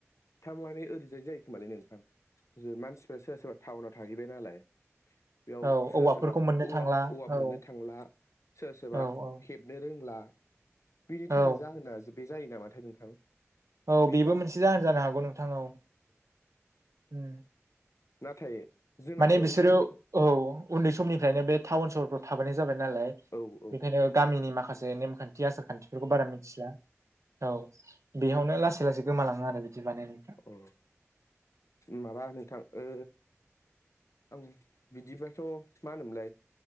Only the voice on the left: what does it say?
थारमाने ओरैजाय जायोखोमालै नोंथां जो मानसिफ्रा सोरबा सोरबा टाउनाव थाहैबाय नालाय बेयाव
सोर
सोरबा
औवा
औवा मोननो
थांला सोर सोरबा
हेबनो रोंला बेनि थाखाय
जाहोना बे जायो नामाथाय नोंथां
बेनि
थाखाय
नाथाय जोंनाथ'
ओंखाम गो
औ औ
औ माबा नोंथां ओ आं बिदिबाथ' मा होनोमोनलाय